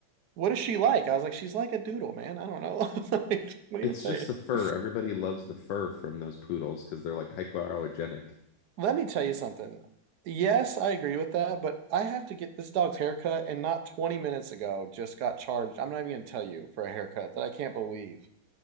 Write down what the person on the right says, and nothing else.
What is she like? I was like, she's like a doodle, man. I don't know. <laughs> like, what do you
want to
tell you?
Let me tell you something. Yes, I agree with that, but I have to get this dog's haircut, and not 20 minutes ago just got charged. I'm not even going to tell you for a haircut that I can't believe